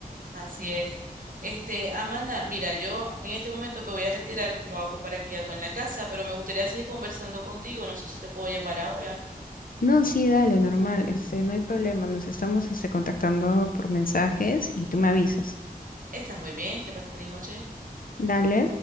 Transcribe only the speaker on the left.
No, sí, dale, normal, este, no hay problema, nos estamos este, contactando por mensajes y tú me avisas.
Dale.